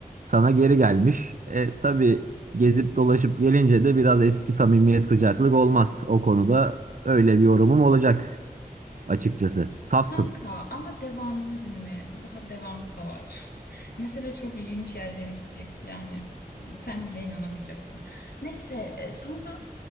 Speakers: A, on the right; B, on the left.
A: sana geri gelmiş. E, tabii gezip dolaşıp gelince de biraz eski samimiyet sıcaklık olmaz. O konuda öyle bir yorumum olacak açıkçası. Safsın
B: Kanka ama devamını dinle. Daha devamı da var. <laughs> Mesela çok ilginç yerlere gidecek. Yani sen bile inanamayacaksın. Neyse e, sonra